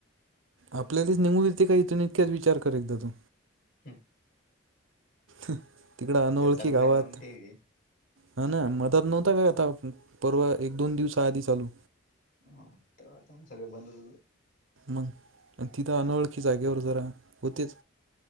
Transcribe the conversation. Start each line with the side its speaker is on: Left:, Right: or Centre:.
Right: आपल्यालाच निघून येते का इथून इतक्याच विचार कर एकदा तू
Left: हम्
Right: तिकडं अनोळखी
Left: चालू
Right: गावात
Left: नाही म्हणून ठीक आहे.
Right: हा ना मदत नव्हता काय आता परवा एक दोन दिवसा आधी चालू
Left: हा आता मग सगळे बंद हो
Right: मग तिथं अनोळखी जागेवर जरा होतेच